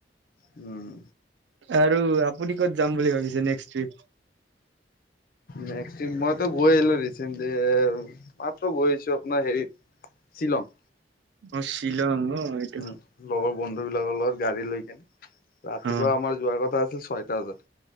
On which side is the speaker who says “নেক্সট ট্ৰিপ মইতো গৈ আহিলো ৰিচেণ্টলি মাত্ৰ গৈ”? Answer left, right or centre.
Left